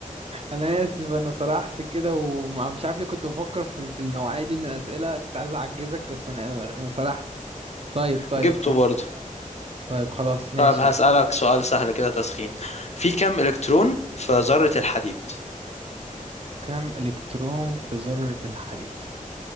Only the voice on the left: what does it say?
<laughs>
جبته
برضو
طيب هسألك سؤال سهل كده تسخين في كم الكترون في ذرة الحديد